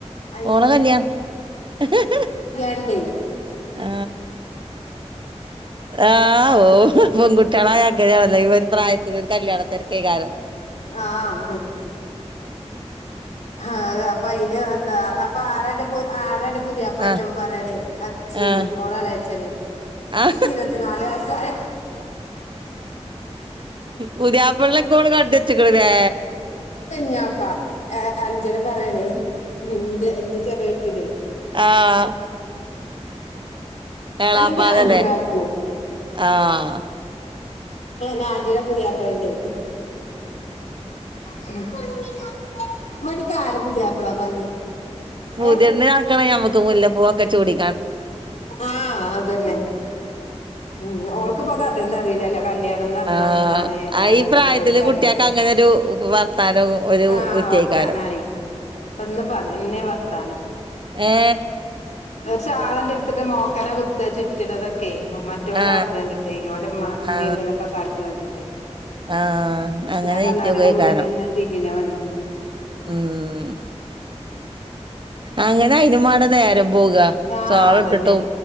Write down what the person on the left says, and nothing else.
അയിന്
ഡേയ്‌ <unintelligible>
ആഹ് ആ അതാ അയിന് എന്താ അപ്പൊ ആരാ എന്റെ പു ആരാ എന്റെ പുതിയപ്പളോഴിച്ചപ്പോ
പറയാൻ അച്ചീന്ന്
ഓളെലയച്ചന്
ഇരുപത്തിനാല് വയസായ
ഞാപ്പാ അഞ്ജന പറയണേ എ എന്റെ ചെറിയ കുട്ടീനെ-
അല്ലെങ്കി ആന്റി കാക്കു
നാദീടെ പുതിയാപ്പളണ്ടെ <unintelligible> പുതിയാപ്പളാ <unintelligible>
ഏഹ്
ആദ്യം. അതെന്നെ ഉം ഓൾക്ക് പോ അതെന്ന അറിയില്ലല്ലേ കല്യാണംന്നറിഞ്ഞ
എന്താണ് ഏതാണന്നൊന്നും
ഓൽക്കറിയില്ലല്ലോ
ആ
വർത്തനറി പ്പ ഇന്നിപ്പ അതെന്നെ വർത്താനം
ചാലന്റെ എടുത്തിട്ട് മോക്കനെ കുത്ത് ചുറ്റിനതൊക്കെ കുറ്റികള്
കാട്ടിനണ്ടിട്ടേ ഓൻ്റ മ്മ
മുൻമ്പിലൊക്കെ കാട്ടണണ്ടിട്ടെ
ആ കണ്ണാടിടെ
മുന്നിലിര്ന്ന് തിരിണ പണിയാണ്
ആഹ്
അതന്നെ